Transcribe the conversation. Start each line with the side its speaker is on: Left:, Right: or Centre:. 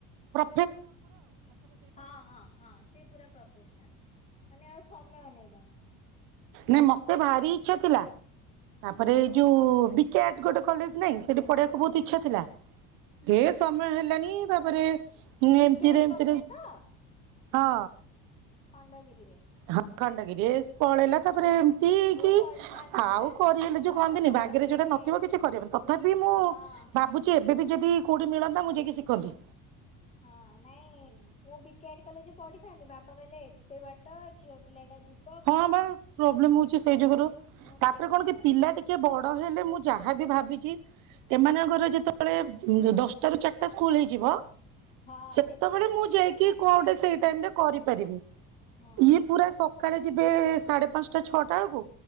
Right: ପ୍ର
Left: ହଁ ହଁ ହଁ ସେ ପୁରା ପ୍ରୋଫେସନାଲ। ମାନେ ଆଉ ସମୟ ନେଇନାଇ।
Right: ନାଇ ମତେ ଭାରି ଇଚ୍ଛା ଥିଲା ତାପରେ
Left: ହୁଁ
Right: ଏଇ ଯୋଉ ବି କିଆଡ ଗେଟେ କଲେଜ ନାଇଁ ସେଠି ପଢିବାକୁ ବହୁତ ଇଚ୍ଛା ଥିଲା। ଏ ସମୟ ହେଲଣିି ତାପରେ
Left: ବିକାଡ
Right: ଏମିତିରେ ଏମିତିରେ
Left: କଲେଜ ତ
Right: ହଁ
Left: ଖଣ୍ଡଗିରିରେ।
Right: ହଁ ଖଣ୍ଡଗିରି ରେ। ପଳେଇଲା
Left: ହଁ
Right: ତାପରେ ଏମିତି
Left: ମୁଁ
Right: କି
Left: ପଢିଥାନ୍ତି
Right: ଆଉ
Left: ପରା
Right: କରିହେଲେ
Left: ମୋ
Right: ଯୋଉ
Left: ବାପା
Right: କହନ୍ତିନି
Left: ମନା
Right: ବାଗରେ
Left: କଲେ
Right: ଯୋଉଟା ନଥିବ କିଛି କରିହବନି। ତ ଥାପି ମୁଁ
Left: ହଁ
Right: ଭାବୁଚି ଏବେ ବି ଯଦି କୋଉଠି ମିଳନ୍ତା ମୁଁ ଯାଇକି ଶିଖନ୍ତି।
Left: ହଁ ନାଇଁ ମୁଁ ବି କାଟ କଲେଜ ପଢିଥାନ୍ତି ବାପା କହିଲେ ଏତେ ବାଟ ଝିଅ ପିଲା ଟା ଯି
Right: ହଁ ବା ପ୍ରୋବ୍ଲେମ ହଉଚି ସେଇ ଯୁଗରୁ।
Left: ମୁଁ
Right: ତାପରେ
Left: ବହୁତ
Right: କଣ କି
Left: ବାଟ
Right: ପିଲା ଟି ଟେ ବଡ ହେଲେ ମୁଁ ଯାହାବ ଭାବିଚି ଏମାନଙ୍କର ଯେତେବେଳେ ଦଶଟା ରୁ ଚାରିଟା ସ୍କୁଲ ହେଇଯିବ।
Left: ହଁ
Right: ସେତେବେଳେ
Left: ତମେ
Right: ମୁଁ ଯାଇକି
Left: ଟିକେ ରିଲାକ୍ସ
Right: କଣ ଗଟେ ସେଇ ଟାଇମରେ କରିପାରିବି।
Left: ହଁ।
Right: ଇଏ ପୁରା ସକାଳେ ଯିବେ ସାଢେ ପାଞ୍ଚଟା ଛଅଟା ବେଳକୁ